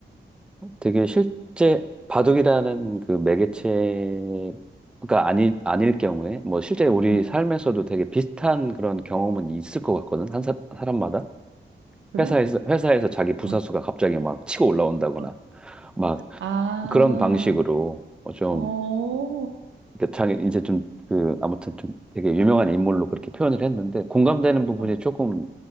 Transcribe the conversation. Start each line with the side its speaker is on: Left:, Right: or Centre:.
Centre: 되게 실제 바둑이라는 그 매개체가 아니, 아닐 경우에 뭐 실제 우리
Right: 응.
Centre: 삶에서도 되게 비슷한 그런 경험은 있을 것 같거든. 한 사, 사람마다.
Right: 그래?
Centre: 회사에서, 회사에서 자기 부사수가
Right: 어.
Centre: 갑자기 막 치고 올라온다거나
Right: 어,
Centre: 막
Right: 아,
Centre: 그런 방식으로 어, 좀
Right: 어.
Centre: 그러니까 자기 이제 좀 그 아무튼 좀 되게 유명한 인물로 그렇게 표현을 했는데 공감되는 부분이
Right: 어.
Centre: 조금